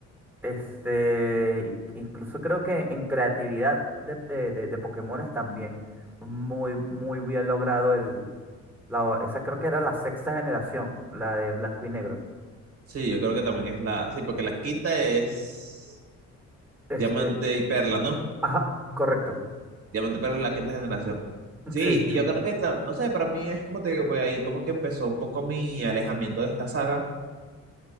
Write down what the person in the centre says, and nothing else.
Este, in- incluso creo que en creatividad de, de, de, de Pokémones también. Muy, muy bien logrado el. La, esa creo que era la sexta generación, la de blanco y negro.
Este,
ajá, correcto.
Sí, sí,
sí.